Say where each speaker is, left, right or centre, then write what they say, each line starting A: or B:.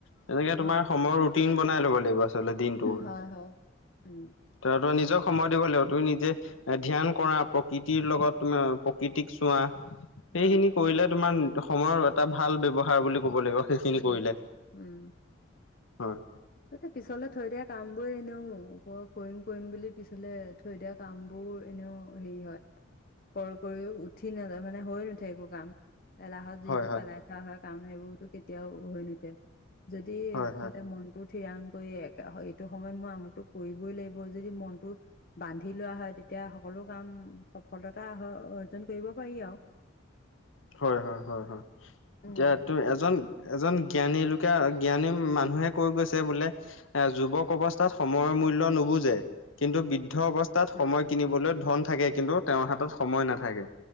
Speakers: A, on the left (about 75°); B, on the left (about 45°).
A: তেনেকে তোমাৰ
B: হয়
A: সময়ৰ
B: হয়
A: ৰুটিন বনাই ল'ব লাগিব আচলতে দিনটোৰ
B: হয় হয় উম
A: তাৰ তই নিজক সময় দিব লাগিব তুমি নিজে এ ধ্যান কৰা প্ৰকৃতিৰ লগত তোমাৰ প্ৰকৃতিক চোৱা
B: হয়
A: সেইখিনি কৰিলে তোমাৰ সময়ৰ এটা ভাল ব্যৱহাৰ বুলি ক'ব লাগিব। সেইখিনি
B: ইনতই
A: কৰিলে
B: উম
A: হয়
B: তাতে পিছলে থৈ দিয়া কাম বোৰ এনেও ক কৰিম কৰিম বুলি পিছলে থৈ দিয়া কামবোৰো এনেও হেৰি হয়। কৰ কৰিও উঠি নাযায় মানে হৈ নুঠে একো কাম। এলাহত যিবোৰ
A: হয় হয়
B: পেলাই থোৱা হয় কাম সেইবোৰতো কেতিয়াও হৈ নুঠে। যদি
A: হয় হয়
B: বোলে মন ঠিৰাং কৰি একা হ এইটো সময়ত মই আমুকটো কৰিবই লাগিব যদি মনটো বান্ধি লোৱা হয় তেতিয়া সকলো কাম সফলতা অৰ্জন কৰিব পাৰি আৰু।
A: হয় হয় হয় হয়
B: উম,
A: এতিয়া তোৰ এজন এজন জ্ঞানী লোকে জ্ঞানী মানুহে কৈ গৈছে বোলে এ যুৱক অৱস্থাত সময়ৰ মূল্য নুবুজে কিন্তু বৃদ্ধ অৱস্থা- তাত
B: হয়
A: সময় কিনিবলৈ ধন থাকে কিন্তু তেওঁৰ হাতত সময় নাথাকে